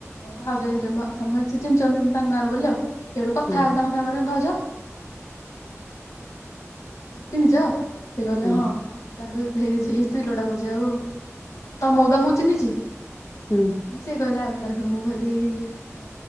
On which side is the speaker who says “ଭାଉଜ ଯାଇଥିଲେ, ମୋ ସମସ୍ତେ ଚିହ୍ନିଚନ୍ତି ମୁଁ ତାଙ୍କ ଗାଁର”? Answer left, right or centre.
Left